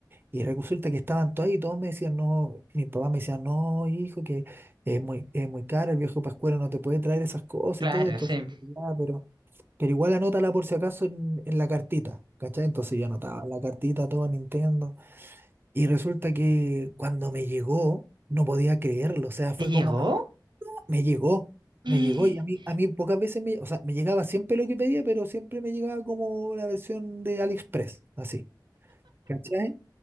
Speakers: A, on the right; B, on the right.
A: Y resulta que estaban todos ahí y todos me decían, no, mi papá me decía, no, hijo, que es muy, es muy caro, el viejo Pascuero no te puede traer esas cosas
B: claro,
A: y todo, entonces,
B: sí.
A: ya, pero pero igual anótala por si acaso en, en la cartita, ¿cachai? Entonces yo anotaba la cartita, todo Nintendo. Y resulta que cuando me llegó, no podía creerlo. O sea,
B: ¿Te
A: fue
B: llegó?
A: como, "Ah, me llegó,
B: <gasps>
A: me llegó. Y a mí, a mí pocas veces me, o sea, me llegaba siempre lo que pedía, pero siempre me llegaba como la versión de AliExpress, así, ¿cachai?